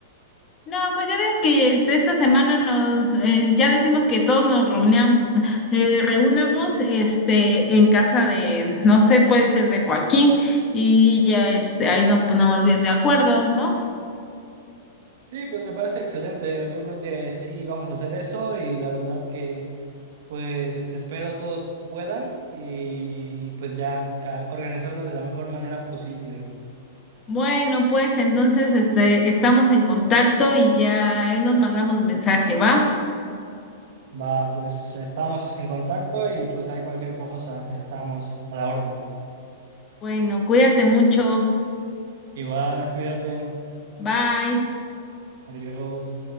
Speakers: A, on the left; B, on the right.
A: No, pues ya de que este, esta semana nos, eh, ya decimos que todos nos reuniam- eh, reunamos este, en casa de, no sé, puede ser de Joaquín y ya este, ahí nos ponemos bien de acuerdo, ¿no?
B: Sí, pues me parece excelente. Yo creo que sí vamos a hacer eso y la verdad que pues espero todos puedan y pues ya a- organizarlo de la mejor manera posible.
A: Bueno, pues entonces este, estamos en contacto y ya ahí nos mandamos mensaje, ¿va?
B: Va, pues estamos en contacto y pues hay cualquier cosa, estamos a la orden.
A: Bueno, cuídate mucho.
B: Igual, cuídate.
A: Bye.
B: Adiós.